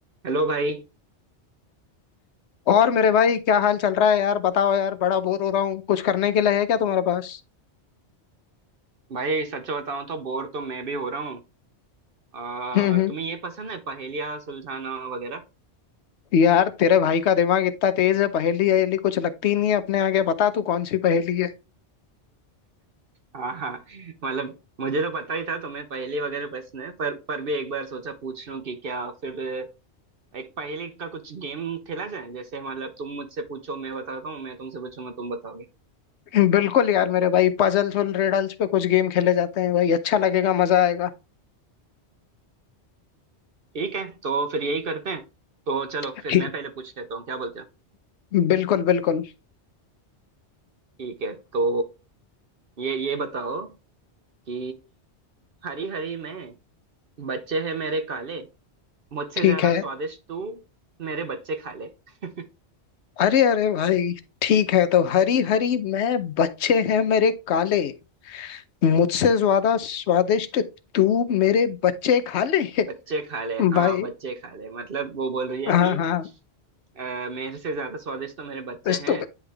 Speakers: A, on the right (about 55°); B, on the left (about 75°).
A: Hello भाई
B: और मेरे भाई क्या हाल चल रहा है यार बताओ यार बड़ा बोर हो रहा हूँ कुछ करने के लिए है क्या तुम्हारे पास
A: भाई सच बताऊं तो बोर तो मैं भी हो रहा हूँ आ,
B: हम्म हम्म
A: तुम्हें ये पसंद है पहेलियाँ सुलझाना वगैरह
B: यार तेरे भाई का दिमाग इतना तेज है पहेली अहेली कुछ लगती ही नहीं है अपने आगे बता तू कौन सी पहेली है
A: हाँ हाँ मतलब मुझे तो पता ही था तुम्हें पहेली वगैरह पसंद है पर पर भी एक बार सोचा पूछ लूं कि क्या फिर एक पहेली का कुछ गेम खेला जाए जैसे मतलब तुम मुझसे पूछो मैं बताता हूँ मैं तुमसे पूछूंगा तुम बताओगे
B: <laughs> बिल्कुल यार मेरे भाई पजल्स और रिडल्स पे कुछ गेम खेले जाते हैं भाई अच्छा लगेगा मजा आएगा
A: ठीक है तो फिर यही करते हैं तो चलो
B: <laughs>
A: फिर
B: ठीक-
A: मैं पहले पूछ लेता हूँ क्या बोलते हो
B: बिल्कुल बिल्कुल
A: ठीक है तो ये ये बताओ कि हरी हरी में बच्चे हैं मेरे काले मुझसे
B: ठीक
A: ज्यादा
B: है
A: स्वादिष्ट तू मेरे बच्चे खा ले <laughs>
B: अरे अरे भाई ठीक है तो हरी हरी मैं बच्चे हैं मेरे काले मुझसे ज्यादा स्वादिष्ट तू मेरे बच्चे खा ले <laughs>
A: बच्चे खा ले
B: भाई
A: हाँ बच्चे खा ले मतलब वो बोल रही है
B: हाँ
A: कि
B: हाँ
A: अ, मेरे से ज्यादा स्वादिष्ट तो मेरे बच्चे
B: इस तो
A: हैं